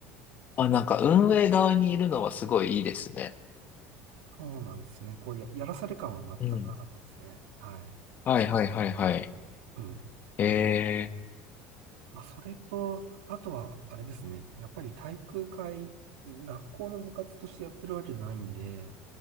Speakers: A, on the left; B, on the right.
A: ー、あ、なんか運営側にいるのはすごいいいですね。
B: そうなんですね。こうや、やらされ感は全くなかったですね。
A: うん。
B: はい。
A: はいはいはいはい。
B: うん。
A: ええ
B: まあ、それと、あとは、あれですね。やっぱり体育会、学校の部活としてやってるわけじゃないんで、